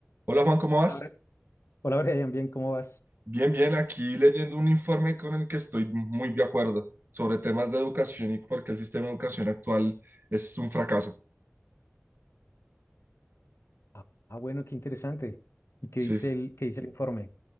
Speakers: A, on the right; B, on the left.
A: Hola Juan, ¿cómo vas?
B: Hola, Bre- Hola, Brian, bien, ¿cómo vas?
A: Bien, bien, aquí leyendo un informe con el que estoy muy de acuerdo sobre temas de educación y por qué el sistema de educación actual es un fracaso.
B: Ah, ah, bueno, qué interesante. ¿Y qué
A: Sí,
B: dice
A: sí.
B: el, qué dice el informe?